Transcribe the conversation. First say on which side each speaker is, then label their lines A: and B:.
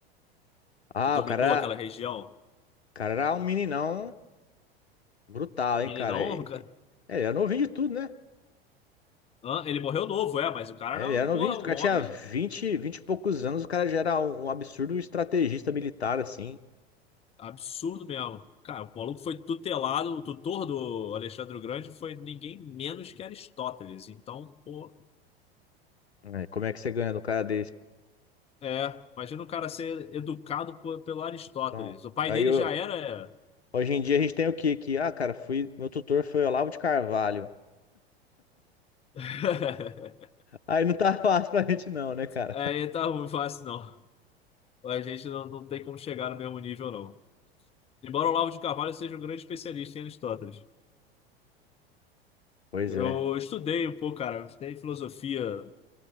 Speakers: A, on the left (about 80°); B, on the left (about 20°).
A: Ah,
B: que dominou
A: o cara,
B: aquela região?
A: o cara era um meninão Brutal, hein,
B: Meninão,
A: cara? E-
B: <laughs>
A: e- É, ele era novinho de tudo, né?
B: Hã? Ele morreu novo, é, mas o cara
A: É,
B: era,
A: ele era novinho
B: porra,
A: de tudo.
B: um
A: O cara
B: homem
A: tinha vinte vinte e poucos anos, o cara já era um um absurdo estrategista militar, assim.
B: absurdo mesmo. Cara, o maluco foi tutelado, o tutor do Alexandre o Grande foi ninguém menos que Aristóteles. Então, pô,
A: É, como é que você ganha do cara desse?
B: é, imagina o cara ser educado por- pelo Aristóteles.
A: Então,
B: O pai
A: aí
B: dele
A: eu-
B: já era.
A: hoje em dia a gente tem o quê? Que, ah, cara, fui, meu tutor foi Olavo de Carvalho.
B: <laughs>
A: Aí não tá <laughs> fácil pra gente não, né, cara?
B: É, é, tá ruim, fácil não. A gente não, não tem como chegar no mesmo nível, não. Embora o Olavo de Carvalho seja um grande especialista em Aristóteles.
A: Pois
B: Eu
A: é.
B: estudei um pouco, cara, eu estudei filosofia